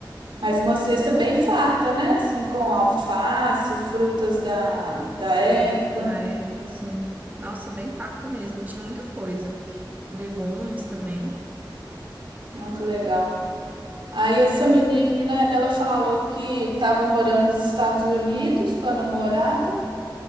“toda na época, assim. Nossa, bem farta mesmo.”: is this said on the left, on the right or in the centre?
Right